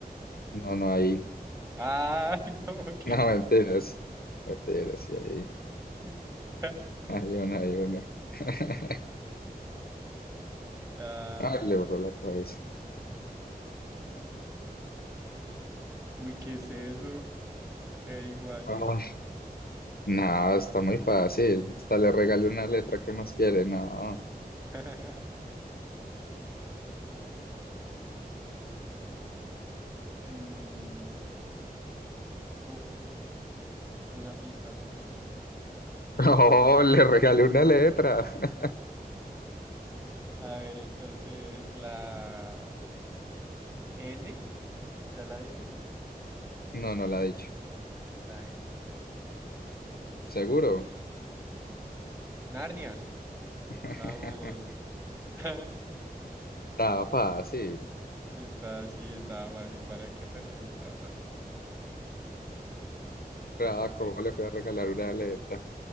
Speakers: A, on the left (about 75°); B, on the right (about 20°).
A: No, no, ahí. <laughs>
B: Ah, <laughs> ¿cómo que
A: No,
B: no?
A: mentiras. Mentiras, sí, ahí.
B: <laughs>
A: Hay una, hay una. <laughs>
B: Ah,
A: Ay, le borró la cabeza.
B: uy, ¿qué es eso? Qué igual.
A: Ah. No, está muy fácil. Hasta le regalé una letra. ¿Qué más quiere? No.
B: <laughs> Mm, uf, una pista, una pista.
A: Oh, le regalé una letra. <laughs>
B: A ver, entonces la N, ya la dije, no sé.
A: No, no la ha dicho.
B: La N, la N.
A: ¿Seguro?
B: Narnia,
A: <laughs>
B: vamos. <laughs>
A: Estaba fácil.
B: Está, sí, estaba fácil. ¿Para qué? Pero sí, estaba fácil.
A: Ah,
B: Bueno,
A: ¿cómo le fui a regalar una letra?